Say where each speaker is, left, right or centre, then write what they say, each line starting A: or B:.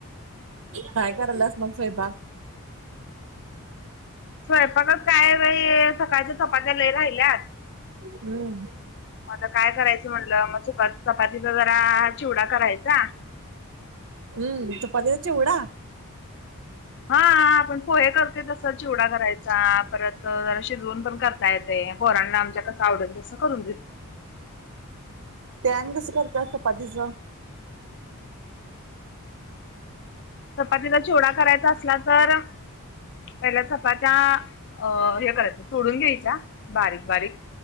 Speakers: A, on the right; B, on the left.
A: काय कराल्यास मग स्वयपाक?
B: स्वयपाक काय बाई, सकाळच्या चपात्या लय राहिल्यात
A: हम्म
B: मग आता काय करायचं म्हनलं, मग चपातीचा जरा चिवडा करायचा,
A: हम्म... चपातीचा चिवडा.
B: हा. आपण पोहे करतोय तसं चिवडा करायचा, परत जरा शिजवून पण कर काय ते पोरांना आमच्या कसं आवडल तसं करून देऊ
A: ते आणि कसं करत्यास चपातीच?
B: चपातीचा चिवडा करायचा असला तर, पहिल्या चपात्या अ हे करायच्या, तोडून घ्यायच्या बारीक बारीक